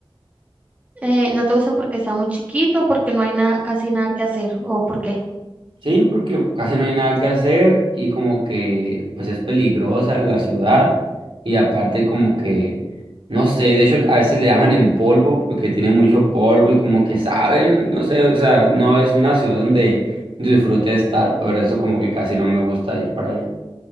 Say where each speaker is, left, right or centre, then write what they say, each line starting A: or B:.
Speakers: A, on the right; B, on the right.
A: Eh, ¿no te gusta porque está muy chiquito, porque no hay nada, casi nada que hacer o ¿por qué?
B: Sí, porque casi no hay nada que hacer y como que pues es peligrosa la ciudad y aparte como que no sé, de hecho a veces le llaman en polvo porque tiene mucho polvo y como que saben, no no sé, o sea, no es una ciudad donde disfrute estar, por eso como que casi no me gusta ir para allá.